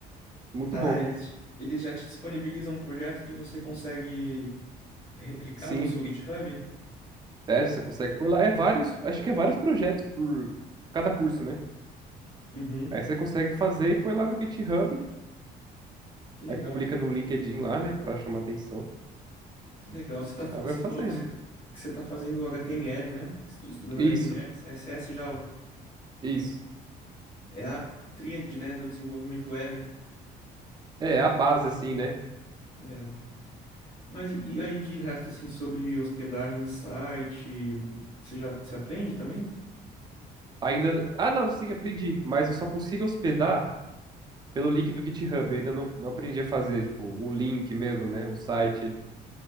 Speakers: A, on the right (about 25°); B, on the left (about 35°).
A: Muito
B: Ah,
A: bom.
B: eles, eles já te disponibilizam um projeto que você consegue replicar
A: Sim.
B: no seu GitHub?
A: É, você consegue pôr lá. É vários, acho que é vários projetos por cada curso, né?
B: Uhum,
A: Aí você consegue fazer e põe lá no GitHub.
B: que legal,
A: Aí publica no LinkedIn lá, né? Pra chamar atenção.
B: que legal. Você, tá, fa-
A: Aí
B: você
A: vai fazendo.
B: falou que você, que você tá fazendo HTML, né? Estu- Estudando
A: Isso,
B: HTML, CSS e Java.
A: isso.
B: É a tríade, né, do desenvolvimento web.
A: É, a base, assim, né?
B: É. Mas e aí de resto, assim, sobre hospedagem de site, você já você aprende também?
A: Ainda. Ah, não, sim, aprendi. Mas eu só consigo hospedar pelo link do GitHub. Eu ainda não, não aprendi a fazer, tipo, um link mesmo, né? Um site.